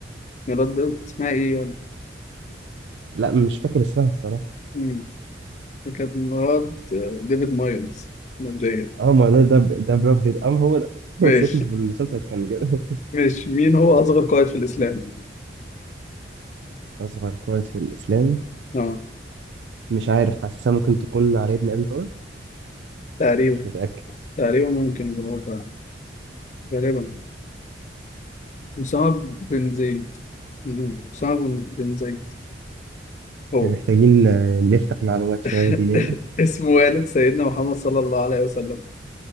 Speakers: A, on the left (about 40°); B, on the right (about 75°).
A: مراد بيض اسمها ايه يعني؟
B: لا مش فاكر اسمها الصراحة
A: مم. كانت مراد آه، ديفيد مايلز مبدئيا
B: اه ما ده ده ب- ده براد بيت ام هو ده <laughs> نفس
A: ماشي
B: اسمه في المسلسل كان كده <laughs>
A: ماشي مين هو أصغر قائد في الإسلام؟
B: اصغر قائد في الاسلام
A: اه
B: مش عارف حاسسها ممكن تكون علي بن ابي طالب
A: تقريبا
B: مش متاكد
A: تقريبا ممكن يكون هو فعلا غالبا أسامة بن زيد أسامة بن بن زيد هو
B: يعني محتاجين آه، نفتح معلومات
A: <laughs>
B: شويه دينيه
A: اسمه والد سيدنا محمد صلى الله عليه وسلم